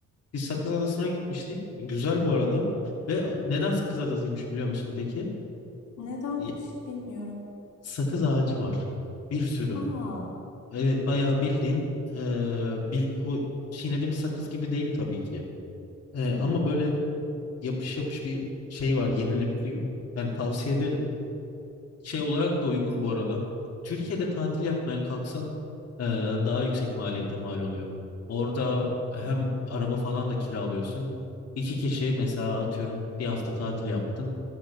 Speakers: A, on the left; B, on the left.
A: Biz Sakız Adası'na gitmiştik. Güzel bu arada. Ve neden Sakız Adası'ymış biliyor musun peki?
B: neden
A: Y-
B: hiç bilmiyorum.
A: Sakız ağacı var. Bir sürü.
B: Aa,
A: Evet bayağı bildiğin e, bil- o çiğnediğimiz sakız gibi değil tabii ki. E, ama böyle yapış yapış bir şey var yenilebiliyor. Yani tavsiye ederim. şey olarak da uygun bu arada. Türkiye'de tatil yapmaya kalksan e, daha yüksek maliyete mal oluyor. Orada hem araba falan da kiralıyorsun. İki kişi mesela atıyorum bir hafta tatil yaptın.